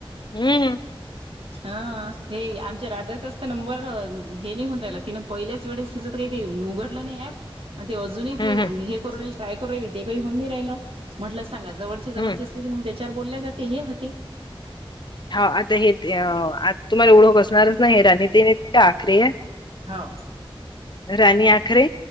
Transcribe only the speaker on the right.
हा हे आमच्या रादाचाच तर नंबर हे निघून राहिला तिनं पहिल्याच वेळेस तिच त काही ते उघडलं नाही ऐप. अन ते अजूनही ते
हे करू राहिल ट्राय करू राहिल ते काही होऊन नाही राहिलं म्हटलं सांगा जवळचे
जवळचे तुझी मंग त्याच्यावर बोल्या जाते हे होती
हाव.